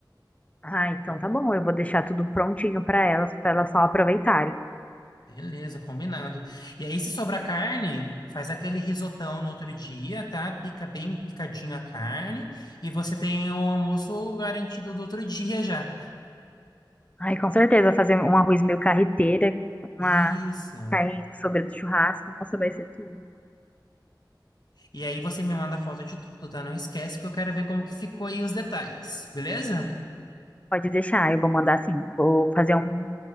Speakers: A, on the left; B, on the left.
A: Ah, então tá bom, eu vou deixar tudo prontinho para elas, para elas só aproveitarem.
B: Beleza, combinado. E aí, se sobrar carne, faz aquele risotão no outro dia, tá? Pica bem picadinho a carne e você tem o almoço garantido do outro dia já.
A: Ai, com certeza, fazer um arroz meio carreteira, uma
B: Isso.
A: carne sobre do churrasco, nossa, vai ser tudo.
B: E aí você me manda foto de tudo, tá? Não esquece que eu quero ver como que ficou aí os detalhes, beleza?
A: Pode deixar, eu vou mandar assim, vou fazer um